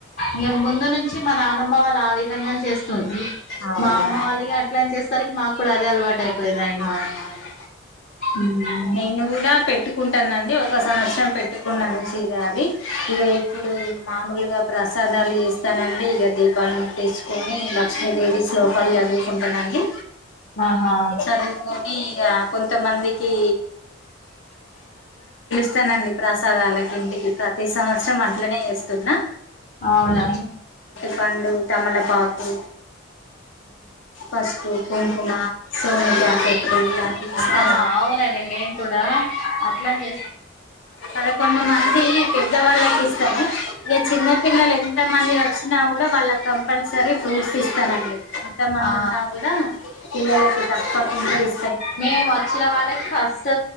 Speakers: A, on the left; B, on the left.
A: ఇక ముందు నుంచి మా నానమ్మ వాళ్ళు ఆ విధంగా చేస్తుంటిరి
B: అవునా
A: మా అమ్మ వాళ్ళు ఇగ అట్లా అని చేస్తారు మాకు కూడా అదే అలవాటు అయిపోయిందండి
B: అవునా
A: ఉమ్
B: నేను కూడా పెట్టుకుంట పెట్టానండి ఒక సంవత్సరం పెట్టుకున్నాను చీర అవి ఇగ ఇప్పుడు మామూలుగా ప్రసాదాలు చేస్తానండి ఇక దీపాలు ముట్టించుకొని లక్ష్మీదేవి శ్లోకాలు చదువుకుంటానండి
A: ఆహా
B: చదువుకొని ఇక కొంతమందికి ఇస్తానండి ప్రసాదాలకి ఇంటికి ప్రతి సంవత్సరం అట్లనే చేస్తున్నా
A: అవునా
B: పండ్లు తమలపాకు పసుపు కుంకుమ సోమిటి ఆకటలు ఇలాంటివి ఇస్తాన
A: ఆ అవునండి నేను కూడా అట్లనే చే
B: పదకొండు మంది పెద్దవాళ్ళకి ఇస్తాను ఇక చిన్నపిల్లలు ఎంత మం ది వచ్చినా కూడా వాళ్ళ కంపల్సరీ ఫ్రూట్స్ ఇ స్తానండి ఎంత మంది
A: ఆ
B: ఉన్నా కూడా పిల్లలకి తప్పకుండా ఇస్
A: మేము వచ్చిన వాళ్ళకి ఫస్ట్